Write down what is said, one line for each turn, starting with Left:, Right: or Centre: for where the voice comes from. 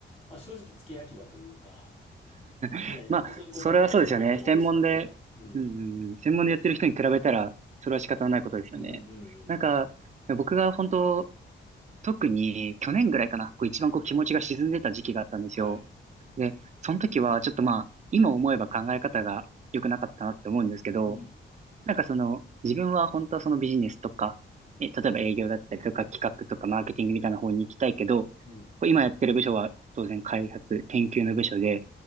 Left: まあ正直付け焼き場というか、ね、
Right: <laughs> まあ、
Left: やっぱそういうこうバックボーンを知らない人が多いですからね。
Right: それはそうですよね。専門で、
Left: うん。
Right: うんうんうん、専門でやってる人に比べたら、それは仕方ないことですよね。
Left: うんうんうん。
Right: なんか、僕が本当、特に去年ぐらいかな、こう一番こう気持ちが沈んでた時期があったんですよ。
Left: はい。
Right: で、その時はちょっとまあ、今思えば考え方が良くなかったなって思うんですけど、
Left: うん。
Right: なんかその、自分は本当はそのビジネスとか、え、例えば営業だったりとか企画とかマーケティングみたいな方に行きたいけど、
Left: はい。うん。
Right: こう今やってる部署は当然開発、研究の部署で、